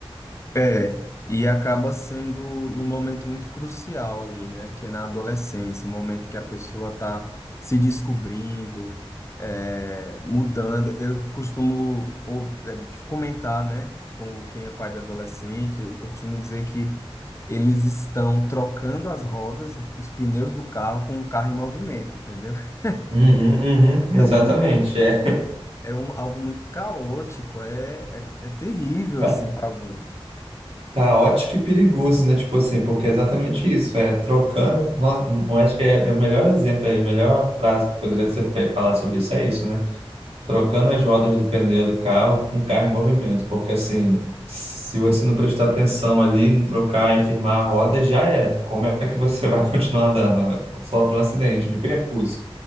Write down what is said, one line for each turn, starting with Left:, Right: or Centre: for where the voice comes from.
Left: É, e acaba sendo num momento muito crucial ali, né? Que é na adolescência, o momento que a pessoa está se descobrindo, é, mudando. Eu costumo ouv- é, comentar, né, com quem é pai de adolescente, eu, eu costumo dizer que eles estão trocando as rodas, os pneus do carro com o carro em movimento, entendeu? <laughs>
Right: Uhum, uhum,
Left: Então
Right: exatamente,
Left: é, um, ne-
Right: é.
Left: é um- algo muito caótico, é, é, é terrível,
Right: <laughs>
Left: assim, para alguns.
Right: Caótico e perigoso, né? Tipo assim, porque é exatamente isso, é trocando. nó- Eu acho que é, é o melhor exemplo aí, a melhor frase que poderia ser fe- falada sobre isso é isso, né? Trocando as rodas do pneu do carro com o carro em movimento, porque assim, se você não prestar atenção ali, não trocar e firmar a roda, já era. Como é que você vai <laughs> continuar andando? Sofre um acidente de percurso.